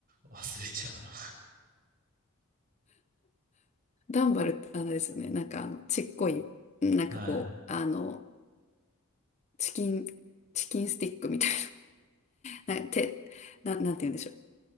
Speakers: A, on the right; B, on the left.
A: 忘れちゃうな。
B: ダンバルってあれですよね。なんかあの、ちっこい、なんかこう、
A: はい。
B: あの、チキン、チキンスティックみたいな、<laughs> な、な、て、な、なんて言うんでしょう。